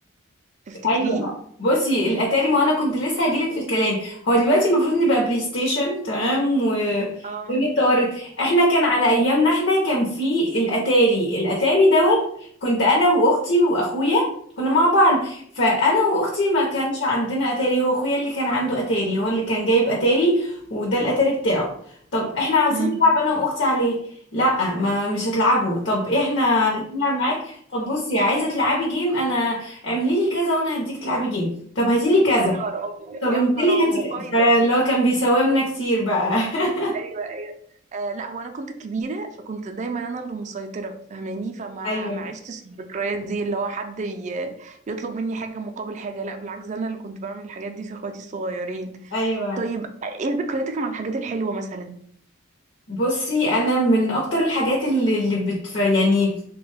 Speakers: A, on the right; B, on the left.
A: تفتكريه
B: ايوه ما- بصي الاتاري ما انا كنت لسه هجيلك في الكلام هو دلوقتي المفروض نبقى بلاي ستيشن تمام والدنيا
A: اه
B: اتطورت احنا كان على ايامنا احنا كان في الاتاري الاتاري دوت كنت انا واختي واخويا كنا مع بعض فانا واختي ما كانش عندنا اتاري هو اخويا اللي كان عنده اتاري هو اللي كان جايب اتاري وده الاتاري بتاعه طب احنا عاوزين
A: امم
B: نلعب انا واختي عليه لا ما مش هتلعبوا طب احنا عايزين نلعب معاك طب بصي عايزه تلعبي جيم انا اعملي لي كذا وانا هديك تلعبي جيم طب هاتي لي كذا
A: يا نهار ابيض
B: طب
A: يا
B: انزلي
A: نهار ابيض
B: هاتي
A: مقايضه
B: كذا اللي هو كان بيساومنا كتير بقى <laughs>
A: ايوه ايوه آه لا هو انا كنت الكبيره فكنت دايما انا اللي مسيطره فاهماني فما
B: ايوه
A: ما عشتش الذكريات دي اللي هو حد ي- يطلب مني حاجه مقابل حاجه لا بالعكس انا اللي كنت بعمل الحاجات دي في اخواتي الصغيرين
B: ايوه
A: طيب ايه ذكرياتك مع الحاجات الحلوه مثلا
B: بصي انا من اكتر الحاجات اللي, اللي بتف... يعني